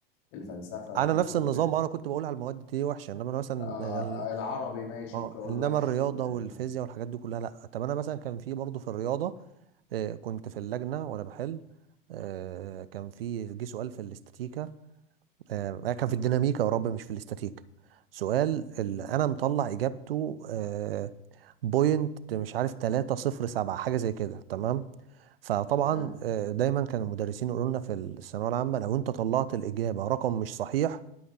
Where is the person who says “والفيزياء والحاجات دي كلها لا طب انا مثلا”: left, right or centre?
Right